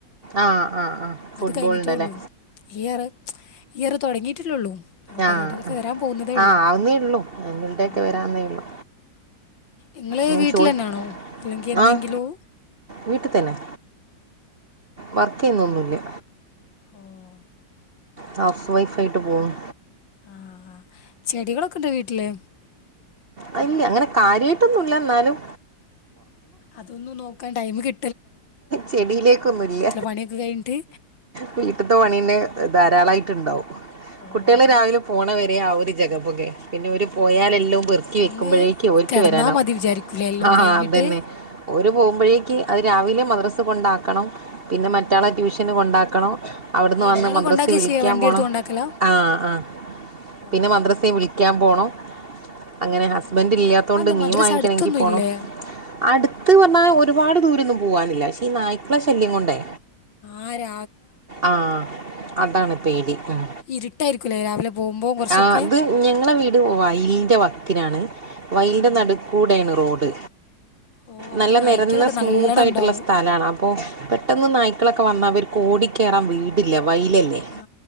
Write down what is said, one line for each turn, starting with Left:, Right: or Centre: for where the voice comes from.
Right: ആഹ് ആഹ് ആഹ് ഫുട്ബോളിന്റെല്ലേ?
Left: കഴിഞ്ഞിട്ടേ ഉള്ളൂ ഇയർ ഈ ഇയർ തുടങ്ങിട്ടല്ലെ ഉള്ളൂ അപ്പൊ പരിപാടികൾക്ക്
Right: ആഹ്
Left: വരാൻ പോകുന്നതേ ഉള്ളു
Right: ആഹ് ആവുന്നേ ഉള്ളൂ ആനുവൽ ഡേ
Left: ആഹ്.
Right: ഒക്കെ വരാവുന്നേ ഉള്ളൂ
Left: ഇങ്ങള്
Right: ഞാൻ
Left: വീട്ടിൽന്നാണോ
Right: ചോദി
Left: അല്ലെങ്കി എന്തെങ്കിലോ?
Right: ആഹ് വീട്ടിൽ തന്നെ വർക്ക് ചെയ്യുന്നൊന്നുമില്ല.
Left: ഓഹ്
Right: ഹൗസ് വൈഫ് ആയിട്ട് പോകുന്നു.
Left: ആഹ് ചെടികളൊക്കെണ്ടോ വീട്ടില്?
Right: അ ഇല്ല്യ അങ്ങനെ കാര്യമായിട്ടൊന്നുമല്ല എന്നാലും
Left: അതൊന്നും നോക്കാൻ ടൈം കി
Right: ചെടിയിലേക്കൊന്നുംല്ല
Left: പണിയൊക്കെ കഴിഞ്ഞിട്ട്
Right: വീട്ടത്തെ പണീയന്നെ <unintelligible> ധാരാളായിണ്ടാവും
Left: ഓ
Right: കുട്ട്യള്
Left: അപ്പോൾ
Right: രാവിലെ പോണ വരെ അവര്. ജഗപ്പൊഗേ പിന്നെ ഓരു പോയാലല്ലോ പെറുക്കി വെക്കുമ്പഴേക്കും
Left: ഒന്ന്
Right: ഓരിക്ക്
Left: കിടന്നാ
Right: വരാനാവും
Left: മതി വിചാരിക്കൂലേ എല്ലാം
Right: ആഹ്
Left: കഴിഞ്ഞിട്ട്
Right: അതന്നെ ഓ <unintelligible> പോകുമ്പഴേക്ക് അതി രാവിലെ മദ്രസേ കൊണ്ടാക്കണം. പിന്നെ മറ്റാളെ ട്യൂഷന് കൊണ്ടാക്കണം അവിടുന്ന് വന്ന്
Left: ഇങ്ങള്
Right: മദ്രസേൽ
Left: കൊണ്ടാക്കുക
Right: വിളിക്കാൻ
Left: ചെയ്യ വണ്ടി
Right: പോണം.
Left: എടുത്ത് കൊണ്ടാക്കലാ
Right: ആഹ് ആഹ്
Left: ഓ
Right: പിന്നെ മദ്രസേൽ വിളിക്കാൻ പോണം.
Left: ആ
Right: അങ്ങനെ ഹസ്ബൻഡ് ഇല്ലാത്തോണ്ട്
Left: അതെന്താ
Right: മീൻ
Left: മദ്രസ
Right: വാങ്ങിക്കണെങ്കി
Left: അടുത്തൊന്നും
Right: പോണം.
Left: ഇല്ലേ
Right: അടുത്ത് വന്നാ ഒരുപാട് ദൂരൊന്നും പോവാനില്ല. പക്ഷെ ഈ നായ്ക്കളെ ശല്യം കൊണ്ടേ.
Left: ആരാ
Right: ആഹ് അതാണ് പേടി ഉം
Left: ഇരുട്ടായിരിക്കൂലേ രാവിലെ പോകുമ്പോൾ കുറച്ചൊക്കെ
Right: ആഹ് ഇത് ഞങ്ങളെ വീട് വയീന്റെ വ <unintelligible> വയീന്റെ
Left: ആ
Right: നടുക്കൂടേണ് റോഡ്.
Left: ഓ അപ്പൊ
Right: നല്ല
Left: നായ്ക്കളൊക്കെ
Right: നെരന്ന സ്മൂത്ത്
Left: നല്ലോണം
Right: ആയിട്ടുള്ള
Left: ഉണ്ടാവും
Right: സ്ഥലാണ് അപ്പൊ പെട്ടെന്ന് നായ് <unintelligible> വന്ന അവർക്ക് ഓടി കയറാൻ വീടില്ല. വയീലല്ലേ,
Left: ആ